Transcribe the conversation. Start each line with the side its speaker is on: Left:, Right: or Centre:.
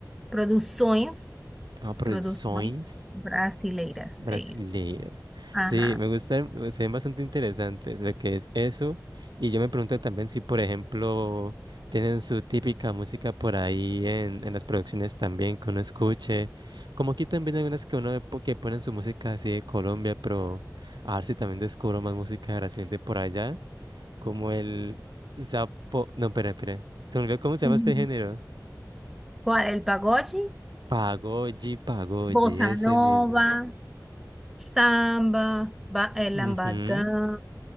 Centre: Produções,
Right: ah, produções
Centre: produções brasileiras,
Right: brasileiras.
Centre: é isso. Ajá.
Right: Sí, me gustan, se ven bastante interesantes lo que es eso. Y yo me pregunto también si, por ejemplo, tienen su típica música por ahí en, en las producciones también que uno escuche. Como aquí también hay unas que uno po- que ponen su música así de Colombia, pero a ver si también descubro más música de Brasil de por allá, como el Zapo, no, espera, espera. Se me olvidó cómo se
Centre: Uhum.
Right: llama este género.
Centre: Qual é pagode?
Right: Pagoji, Pagoji,
Centre: Bossa
Right: ese
Centre: nova,
Right: mismo.
Centre: samba, ba- el
Right: Ujú,
Centre: lambadán,